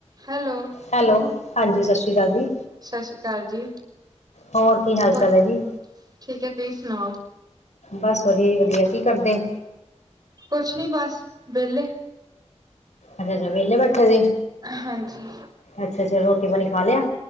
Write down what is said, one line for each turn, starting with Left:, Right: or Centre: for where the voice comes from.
Right: Hello
Left: hello ਹਾਂਜੀ ਸਤਿ ਸ੍ਰੀ ਅਕਾਲ ਜੀ।
Right: ਸਤਿ ਸ੍ਰੀ ਅਕਾਲ ਜੀ।
Left: ਹੋਰ ਕੀ ਹਾਲ ਚਾਲ
Right: ਹੋਰ
Left: ਹੈ ਜੀ
Right: ਠੀਕ ਹੈ ਤੁਸੀਂ ਸੁਣਾਓ
Left: ਬਸ ਵਧੀਆ ਜ। ਵਧੀਆ ਕੀ ਕਰਦੇ ਆ।
Right: ਕੁਛ ਨੀ ਬਸ ਵਿਹਲੇ।
Left: ਅੱਛਾ ਅੱਛਾ ਵਿਹਲੇ ਬੈਠੇ ਸੀ
Right: ਹਾਂਜੀ
Left: ਅੱਛਾ ਅੱਛਾ ਰੋਟੀ ਪਾਣੀ ਖਾ ਲਿਆ।